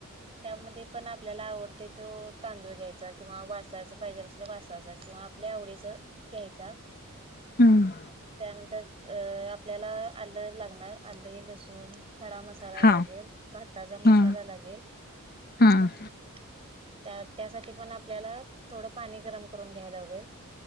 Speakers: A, on the right; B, on the left.
A: त्यामध्ये पण आपल्याला आवडते तो तांदूळ घ्यायचा, किंवा वासायच पाहिजे असल तर वासायचा किंवा आपल्या आवडीच घ्यायचा,
B: हम्म
A: मग त्यानंतर अ आपल्याला आलं लागणार, आले, लसूण, खडा मसा मसाला
B: हा
A: लागेल, भाताचा
B: हा
A: मसाला लागेल
B: हा
A: अ त्या, त्यासाठी पण आपल्याला, थोडं पाणी गरम करून घ्यायला लागेल